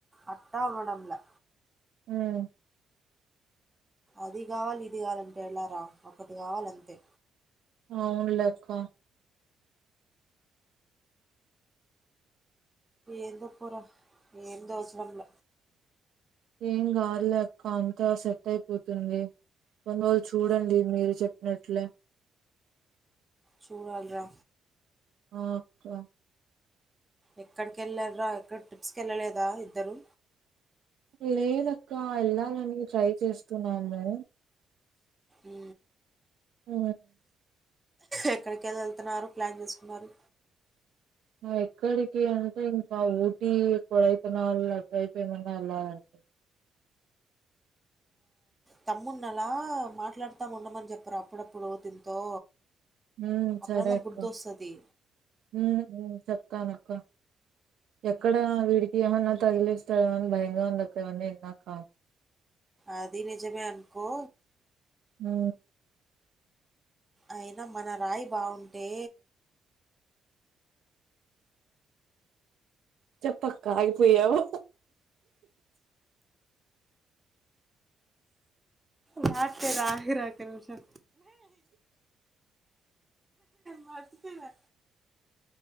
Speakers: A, on the right; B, on the right.
A: అట్టా ఉండడంలా
B: హుమ్
A: అది కావాలి ఇది కావాలంటే ఎళారా ఒకటి కావాలంతే
B: అవును లక్క
A: ఎంత పర ఎంత వసరంల
B: ఏం గాదు లే అక్క అంతా సెట్ అయిపోతుంది కొన్ని రోజళు చూడండి మీరు చెప్పినట్లే
A: చూడాల రా
B: ఓక
A: ఎక్కడికి వెళ్ళారరా ఎక్కడ ట్రిప్స్కి వెళ్ళలేదా ఇద్దరు
B: లేదక్క వెళ్ళాలని ట్రై చేస్తున్నాము
A: ఈ
B: హ
A: ఎక్కడికి వెళ్ళ వెళ్తున్నారు ప్లాన్ చేసుకున్నారు
B: ఎక్కడికి అంటే ఇంకా ఊటీ కొడైతనాళ్ళ అట్ైపో ఏమన్నా వెళ్ళాలంట
A: తమ్మున్నాలా మాట్లాడుతాము ఉండమని చెప్పారు అప్పుడప్పుడు దీంతో
B: హుమ్
A: అప్పుడన్నా
B: సరే అక్క
A: బుద్ధి వస్తది
B: హుమ్ చెప్తాను అక్క ఎక్కడ వీడికి ఏమన్నా తగిలిస్తాడ ఏమని భయంగా ఉందక్క ఇవన్నీ విన్నాక
A: అది నిజమే అనుకో
B: హ
A: అయినా మన రాయి బావుంటే
B: చెప్పక్క ఆగిపోయావు
A: రాలేదురా <inaudible> రకాషా వద్దులే